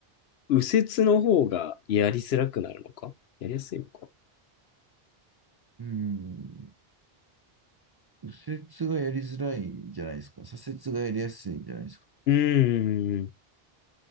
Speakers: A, on the left; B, on the right.
A: 右折の方がやりづらくなるのかやりやすいのか
B: うん。右折がやりづらいんじゃないですか。左折がやりやすいんじゃないですか。
A: うーん。